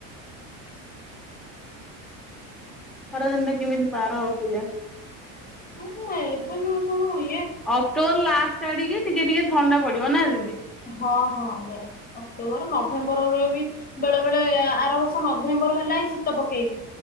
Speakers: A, in the centre; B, on the left.
A: ଖରା ଦିନଟା କେମିତି ପାର ହେବା କେଜାଣି
B: ହଁ ଏବେ ଯୋଉ ସବୁ ଇ
A: ଅକ୍ଟୋବର ଲାଷ୍ଟ ଆଡିକି ଟିକେ ଟିକେ ଥଣ୍ଡା ପଡିବ ନା ଦିଦି
B: ହଁ ହଁ ଆଜ୍ଞା ଆଜ୍ଞା ଅକ୍ଟୋବର ନଭେମ୍ବର ରେ ବି ବେଳେ ବେଳେ ଆର ବର୍ଷ ନଭେମ୍ବର ହେଲେ ନାଇଁ ଶୀତ ପକେଇ